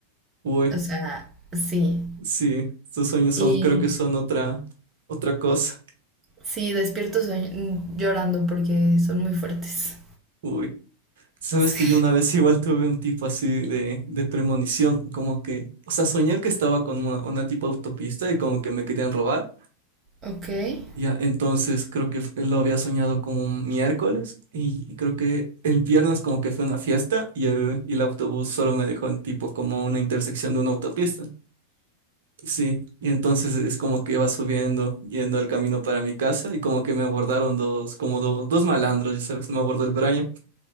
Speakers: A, on the right (about 55°); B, on the right (about 20°).
A: Uy,
B: O sea, sí.
A: sí, estos sueños son,
B: Y
A: creo que son otra, otra cosa.
B: sí, despierto soñ- llorando porque son muy fuertes.
A: Uy, sabes
B: Sí.
A: que yo una vez igual tuve un tipo así de, de premonición, como que, o sea, soñé que estaba con una, una tipo autopista y como que me querían robar.
B: Ok.
A: Ya, entonces creo que lo había soñado como un miércoles y, y creo que el viernes como que fue una fiesta y el, y el autobús solo me dejó en tipo como una intersección de una autopista. Sí, y entonces es como que iba subiendo, yendo al camino para mi casa y como que me abordaron dos, como do- dos malandros, ya sabes, me abordó el Brian.